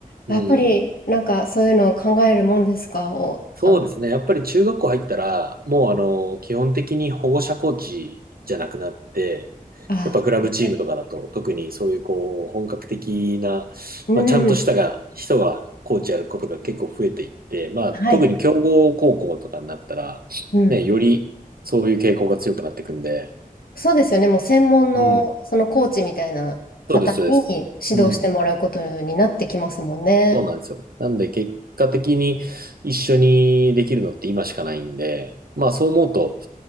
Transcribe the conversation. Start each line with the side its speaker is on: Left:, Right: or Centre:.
Right: うん、
Left: あ、やっぱり、なんかそういうのを考えるもんですかお、
Right: そうですね。
Left: あの、
Right: やっぱり中学校入ったら、もうあの、基本的に保護者コーチじゃなくなって、
Left: ああ、
Right: やっぱクラブチームとかだと、
Left: はい。
Right: 特にそういうこう、本格的な、
Left: うん。
Right: まあ、ちゃんとしたが、人がコーチやることが結構増えていって、まあ、
Left: はい。
Right: 特に強豪高校とかになったら、
Left: うん。
Right: ね、よりそういう傾向が強くなっていくんで、
Left: そうですよね。もう専門のそのコーチみたいな方に指導してもらうことになってきますもんね。
Right: うん。そうです、そうです。うん。そうなんですよ。なんで結果的に一緒にできるのって今しかないんで、まあそう思うと、